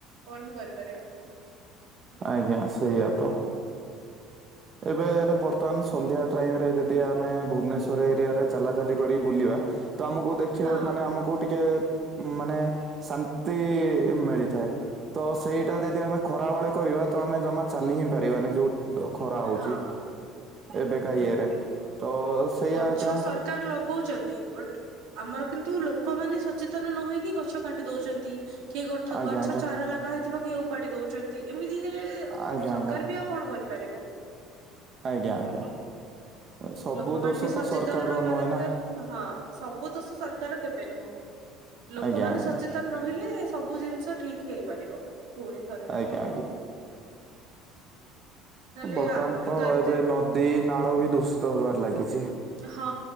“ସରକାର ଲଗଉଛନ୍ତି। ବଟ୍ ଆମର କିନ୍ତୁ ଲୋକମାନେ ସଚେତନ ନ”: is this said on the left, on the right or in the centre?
Right